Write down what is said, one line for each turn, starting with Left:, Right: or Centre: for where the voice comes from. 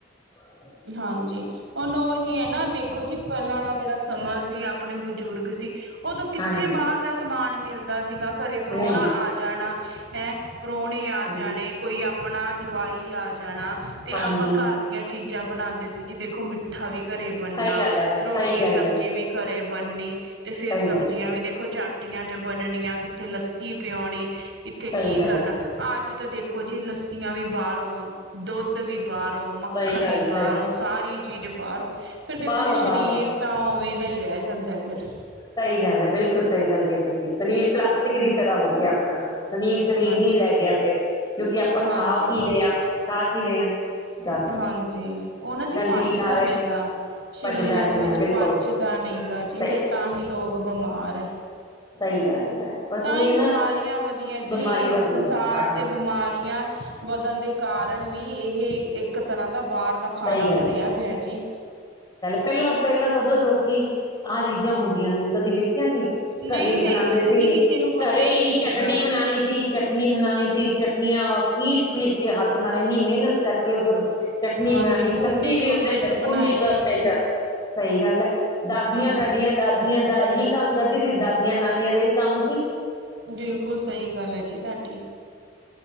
Left: ਹ <inaudible>
Right: ਹਾਂਜੀ ਹੁਣ ਉਹੀ ਹੈ ਨਾ ਦੇਖੋ ਜੀ ਪਹਿਲਾਂ ਵਾਲਾ ਜਿਹੜਾ ਸਮਾਂ ਸੀ ਆਪਣੇ ਬਜ਼ੁਰਗ ਸੀ। ਉਦੋਂ ਕਿੱਥੇ
Left: ਹਾਂਜੀ,
Right: ਬਾਹਰ ਦਾ ਸਮਾਨ ਮਿਲਦਾ ਸੀਗਾ ਘਰੇ ਪਰੋਣਾ
Left: ਨਹੀਂ,
Right: ਆ ਜਾਣਾ। ਹੈ ਪਰੋਣੇ ਆ
Left: ਹਾਂਜੀ,
Right: ਜਾਣੇ ਕੋਈ ਆਪਣਾ ਜਵਾਈ ਆ ਜਾਣਾ। ਤੇ
Left: ਹਾਂਜੀ,
Right: ਆਪਾਂ ਘਰ ਦੀਆਂ ਚੀਜ਼ਾਂ ਬਣਾਉਂਦੇ ਸੀ ਜੀ ਦੇਖੋ ਮਿੱਠਾ ਵੀ ਘਰੇ
Left: ਸਹੀ
Right: ਬਣਨਾ
Left: ਗੱਲ ਹੈ, ਸਹੀ
Right: ਰੋਟੀ,
Left: ਗੱਲ
Right: ਸਬਜ਼ੀ
Left: ਹੈ,
Right: ਵੀ ਘਰੇ ਬਣਨੀ ਤੇ ਫੇਰ
Left: ਸਹੀ
Right: ਸਬਜ਼ੀਆਂ
Left: ਗੱਲ,
Right: ਵੀ ਦੇਖੋ ਚਾ ਪਟੀਆਂ ਚ ਬਨਣੀਆਂ ਕਿੱਥੇ ਲੱਸੀ ਪੀਆਉਣੀ ਕਿੱਥੇ
Left: ਸਹੀ
Right: ਕੀ
Left: ਗੱਲ
Right: ਕਰਨਾ।
Left: ਹੈ,
Right: ਅੱਜ ਤਾਂ ਦੇਖੋ ਜੀ ਲੱੱਸੀਆਂ ਵੀ ਬਾਰੋ, ਦੁੱਧ ਵੀ ਬਾਰੋ, ਮੱਖਣ
Left: ਸਹੀ ਗੱਲ,
Right: ਵੀ
Left: ਸਹੀ
Right: ਬਾਰੋ।
Left: ਗੱਲ,
Right: ਸਾਰੀ ਚੀਜ਼ ਬਾਰੋਂ ਫਿਰ ਦੇਖੋ
Left: ਬਾਹਰੋਂ
Right: ਜੀ ਸਰੀਰ
Left: ਬਾਹਰੋਂ
Right: ਤਾਂ ਉਵੇਂ ਦਾ ਹੀ ਰਹਿ ਜਾਂਦਾ ਫਿਰ।
Left: ਸਹੀ ਗੱਲ ਹੈ ਬਿਲਕੁਲ ਸਹੀ ਗੱਲ ਕਹੀ ਤੁਸੀਂ ਸਰੀਰ ਪਲਾਸਟਿਕ ਦੀ ਤਰ੍ਹਾਂ ਹੋ ਗਿਆ ਆਪਣਾ। ਸਰੀਰ-ਸਰੀਰ
Right: ਹਾਂਜੀ।
Left: ਨੀ ਰਹਿ ਗਿਆ ਫੇਰ ਕਿਉਂਕਿ ਆਪਾਂ
Right: ਹਾਂਜੀ,
Left: ਖਾ ਕੀ ਰਹੇ ਹਾਂ, ਖਾ ਕੀ ਰਹੇ ਹਾਂ। ਗੰਦ
Right: ਹਾਂਜੀ ਉਹ ਨਾ ਜੀ
Left: ਗੰਦਗੀ
Right: ਪਚਦਾ
Left: ਖਾ ਰਹੇ
Right: ਨੀ ਗਾ। ਸਰੀਰਾਂ
Left: ਪਛਦਾਨੀ
Right: ਦੇ ਵਿੱਚ
Left: ਹੈ ਬਿਲਕੁਲ
Right: ਪਚਦਾ ਨਹੀਂ ਗਾ ਜੀ
Left: ਸਹੀ
Right: ਫੇਰ
Left: ਹੈ,
Right: ਤਾਂ ਹੀ ਲੋਕ ਬਿਮਾਰ ਹੈ।
Left: ਸਹੀ ਗੱਲ ਹੈ। ਬਸ
Right: ਤਾਂ
Left: ਉਹੀ
Right: ਹੀ
Left: ਹੈ ਨਾ
Right: ਬਿਮਾਰੀਆਂ ਵਧੀਆ
Left: ਬਿਮਾਰੀ
Right: ਜੀ ਸੰਸਾਰ
Left: ਵਧੀ ਜਾਂਦੀ ਹਾਂਜੀ
Right: ਤੇ ਬਿਮਾਰੀਆਂ ਵਧਣ ਦੇ ਕਾਰਨ ਵੀ ਇਹ ਇੱਕ ਤਰ੍ਹਾਂ ਦਾ ਬਾਰ ਦਾ ਖਾਣਾ
Left: ਸਹੀ
Right: ਬਣਿਆ ਪਿਆ ਜੀ।
Left: ਪਹਿਲਾਂ-ਪਹਿਲਾਂ ਕਦੋਂ ਲੋਕੀ ਆਹ ਚੀਜ਼ਾਂ ਹੁੰਦੀਆਂ ਸੀ ਕਦੀ ਵੇਖੀਆਂ ਸੀ।
Right: ਨਹੀਂ
Left: ਘਰੇ ਹੀ
Right: ਹੈਗੀਆਂ
Left: ਬਣਾਉਂਦੇ ਸੀ
Right: ਜੀ ਕਿਸੇ ਨੂੰ ਪਤਾ
Left: ਘਰੇ
Right: ਨਹੀਂ
Left: ਹੀ
Right: ਸੀਗਾ।
Left: ਚਟਨੀ ਬਣਾਉਣੀ ਸੀ ਚਟ ਟਨੀ ਬਣਾਉਣੀ ਸੀ ਚਟਨੀਆਂ ਪੀਸ ਪੀਸ ਕੇ ਹੱਥ ਨਾਲ ਇੰਨੀ ਮਿਹਨਤ ਕਰਕੇ ਉਹ ਫੇਰ ਚ ਟਨੀ
Right: ਹਾਂਜੀ
Left: ਬਣਾਣੀ ਚਟਨੀ
Right: ਕੁੰਡੀ ਸੋਟੇ
Left: ਵੀ
Right: ਚ
Left: ਕੁੰਡੀ
Right: ਬਣਾਈ ਦੀਆਂ
Left: ਸੋਟੇ
Right: ਸੀਗੀ
Left: ਚ ਸਹੀ ਗੱਲ ਹੈ ਦਾਦੀਆਂ
Right: ਹਾਂਜੀ
Left: ਸਾਡੀਆਂ ਦਾਦੀਆਂ ਦਾ ਇਹੀ ਕੰਮ ਕਰਦੀ ਸੀ ਦਾਦੀਆਂ ਨਾਨੀਆਂ ਦਾ ਹੀ ਕੰਮ ਸੀ।
Right: ਬਿਲਕੁਲ ਸਹੀ ਗੱਲ ਹੈ ਜੀ ਤੁਹਾਡੀ।